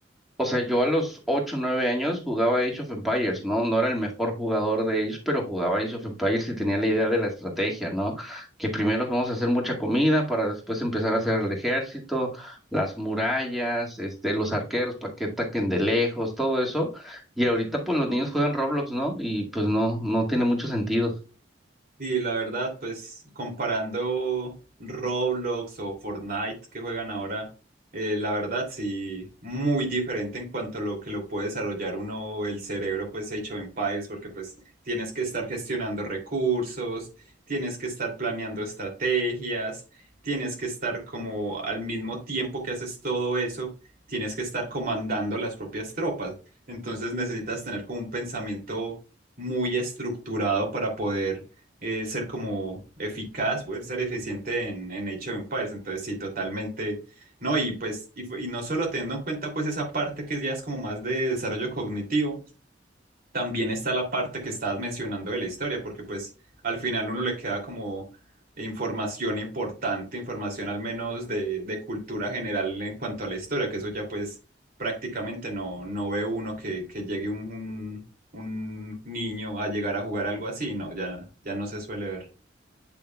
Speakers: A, in the centre; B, on the right.
A: o sea, yo a los 8 9 años jugaba Age of Empires, ¿no? No era el mejor jugador de Age, pero jugaba Age of Empires y tenía la idea de la estrategia, ¿no? Que primero vamos a hacer mucha comida para después empezar a hacer el ejército, las murallas, este, los arqueros para que ataquen de lejos, todo eso. Y ahorita pues los niños juegan Roblox, ¿no? Y pues no, no tiene mucho sentido.
B: Y la verdad, pues comparando Roblox o Fortnite que juegan ahora, eh, la verdad sí, muy diferente en cuanto a lo que lo puede desarrollar uno el cerebro, pues Age of Empires, porque pues tienes que estar gestionando recursos, tienes que estar planeando estrategias, tienes que estar como al mismo tiempo que haces todo eso, tienes que estar comandando las propias tropas. Entonces necesitas tener como un pensamiento muy estructurado para poder eh, ser como eficaz, poder ser eficiente en, en Age of Empires. Entonces, sí, totalmente. No, y pues, y, fu- y no solo teniendo en cuenta pues esa parte que ya es como más de desarrollo cognitivo, también está la parte que estabas mencionando de la historia, porque pues al final uno le queda como información importante, información al menos de, de cultura general en cuanto a la historia, que eso ya pues prácticamente no, no ve uno que, que llegue un, un, un niño a llegar a jugar algo así, no, ya, ya no se suele ver.